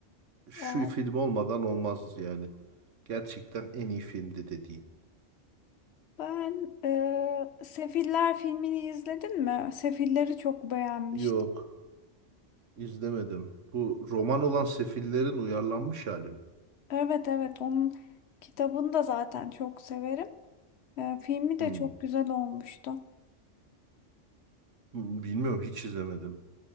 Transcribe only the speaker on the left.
Aa,
Ben e, Sefiller filmini izledin mi? Sefilleri çok beğenmiştim.
Evet evet onun kitabını da zaten çok severim. E, filmi
de çok güzel olmuştu.